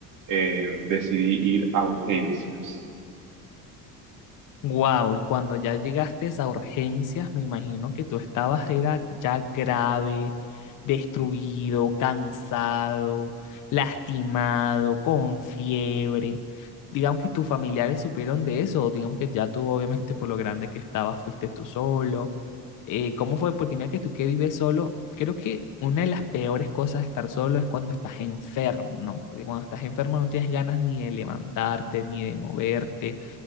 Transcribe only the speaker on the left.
Wow, y cuando ya llegaste a urgencias, me imagino que tú estabas era ya grave, destruido, cansado, lastimado, con fiebre. Digamos que tus familiares supieron de eso, o digamos que ya tú, obviamente, por lo grande que estabas, fuiste tú solo. Eh, ¿cómo fue? Porque mira que tú que vives solo, creo que una de las peores cosas de estar solo es cuando estás enfermo, ¿no? Porque cuando estás enfermo no tienes ganas ni de levantarte, ni de moverte